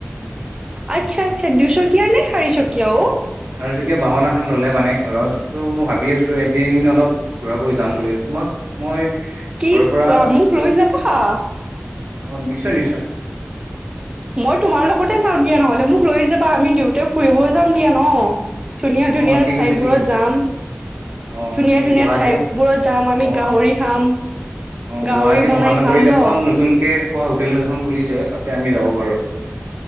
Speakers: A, on the right; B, on the right.
A: আচ্ছা আচ্ছা দুশো <inaudible> <inaudible> চকীয়া নে চাৰি চকীয়া ও
B: চাৰিচকীয়া বাহন এখন ললে মানে ঘৰত মই ভাবি আছো এদিন অলপ ঘুৰা কৰি যাম বুলিছো তোমাক মই,
A: কি
B: ঘৰৰ পৰা
A: কোৱা মোক লৈ যাবা।
B: অ নিশ্চয় নিশ্চয়
A: মই <inaudible> নহলে মোক লৈ যাবা আমি <inaudible> <inaudible> ফুৰিব
B: অ'
A: যাম দিয়া ন ধুনীয়া
B: অ'
A: ধুনীয়া
B: ঠিক
A: ঠাইবোৰত
B: আছে ঠিক আছে
A: যাম
B: অ'
A: ধুনীয়া ধুনীয়া
B: গুৱাহাটী
A: ঠাইবোৰত যাম আমি
B: অ'
A: গাহৰি খাম
B: অ
A: গাহৰি
B: গুৱাহাটী
A: বনাই
B: মহানগৰীত
A: খাম ন
B: এখন <inaudible> হোটেল এখন খুলিছে তাতে আমি যাব পাৰোঁ